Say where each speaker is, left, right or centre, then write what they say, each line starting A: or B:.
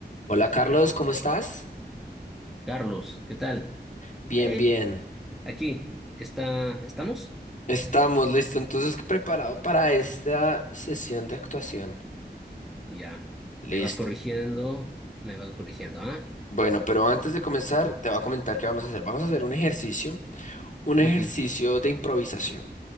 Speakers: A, on the left; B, in the centre.
A: Hola Carlos, ¿cómo estás?
B: Carlos, ¿qué tal?
A: Bien,
B: Eh,
A: bien.
B: aquí, está, ¿estamos?
A: Estamos listo, entonces preparado para esta sesión de actuación.
B: Ya,
A: Listo.
B: me vas corrigiendo, me vas corrigiendo, ¿ah?
A: Bueno, pero antes de comenzar, te voy a comentar qué vamos a hacer. Vamos a hacer un ejercicio, un ejercicio
B: Ujú,
A: de improvisación.